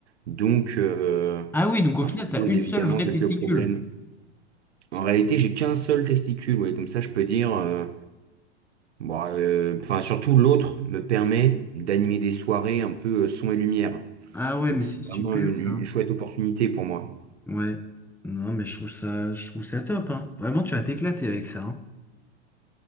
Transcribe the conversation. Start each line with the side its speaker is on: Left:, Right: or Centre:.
Right: Donc euh,
Centre: Ah oui, donc au
Right: bah,
Centre: final,
Right: ça
Centre: t'as
Right: pose
Centre: une
Right: évidemment
Centre: seule vraie
Right: quelques
Centre: testicule.
Right: problèmes. En réalité, j'ai qu'un seul testicule, ouais, comme ça je peux dire. euh, Bon, euh, enfin, surtout l'autre me permet d'animer des soirées un peu euh, son et lumière.
Centre: Ah ouais,
Right: Donc
Centre: mais
Right: c'est
Centre: c'est super
Right: vraiment une,
Centre: ça.
Right: une chouette opportunité pour moi.
Centre: Ouais. Non, mais je trouve ça, je trouve ça top, hein. Vraiment, tu vas t'éclater avec ça, hein.